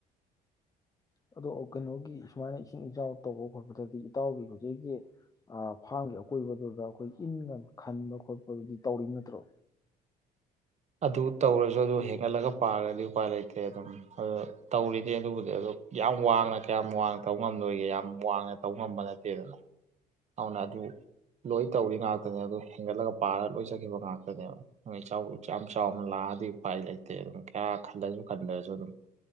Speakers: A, on the left; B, on the right.
A: ꯑꯗꯣ ꯀꯩꯅꯣꯒꯤ ꯁꯨꯃꯥꯏꯅ ꯏꯁꯤꯡ ꯏꯆꯥꯎ ꯇꯧꯕ ꯈꯣꯠꯄꯗꯗꯤ ꯏꯇꯥꯎꯒꯤ ꯍꯧꯖꯤꯛꯀꯤ ꯐꯥꯔꯝꯒꯤ ꯑꯀꯣꯏꯕꯗꯣ ꯑꯩꯈꯣꯏꯒꯤ ꯏꯟꯒ ꯈꯟꯕ ꯈꯣꯠꯄꯗꯨꯗꯤ ꯇꯧꯔꯤꯕ ꯅꯠꯇ꯭ꯔꯣ
B: ꯑꯗꯨ ꯇꯧꯔꯁꯨ ꯑꯗꯨ ꯍꯦꯟꯒꯠꯂꯒ ꯄꯥꯔꯗꯤ ꯎꯄꯥꯏ ꯂꯩꯇꯦ ꯑꯗꯨꯝ ꯇꯧꯔꯤꯅꯤ ꯑꯗꯨꯕꯨꯗꯤ ꯑꯗꯣ ꯌꯥꯝ ꯋꯥꯡꯅ ꯀꯌꯥꯝ ꯋꯥꯡꯅ ꯇꯧ ꯉꯝꯗꯣꯏꯒꯦ ꯌꯥꯝ ꯋꯥꯡꯅ ꯇꯧ ꯉꯝꯕ ꯅꯠꯇꯦꯗꯅ ꯑꯗꯨꯅ ꯑꯗꯨ ꯂꯣꯏ ꯇꯧꯔꯤ ꯉꯥꯛꯇꯅꯦ ꯑꯗꯨ ꯍꯦꯟꯒꯠꯂꯒ ꯄꯥꯔꯒ ꯂꯣꯏ ꯆꯠꯈꯤꯕ ꯉꯥꯛꯇꯅꯦꯕ ꯏꯆꯥꯎꯁꯨ ꯌꯥꯝ ꯆꯥꯎꯅ ꯂꯥꯛꯑꯗꯤ ꯎꯄꯥꯏ ꯂꯩꯇꯦ <inaudible> ꯈꯜꯂꯁꯨ ꯈꯟꯗ꯭ꯔꯁꯨ ꯑꯗꯨꯝ